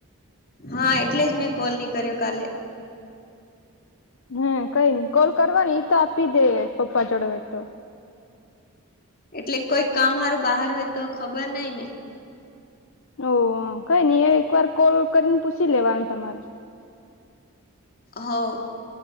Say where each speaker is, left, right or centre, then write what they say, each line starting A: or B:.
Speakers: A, on the left (about 45°); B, on the left (about 60°).
A: હા એટલે જ મેં કોલ નહી કર્યો કાલે.
B: હા કઈનય કોલ કરવાની એ તો આપી દે પપ્પા જોડે હોય તો
A: એટલે કોઈ કામ સારું બહાર હોય તો ખબર નઈ ને
B: હોવ કઈ નઈ એ એકવાર કોલ કરીને પૂછી લેવાનું તમારે
A: હોવ.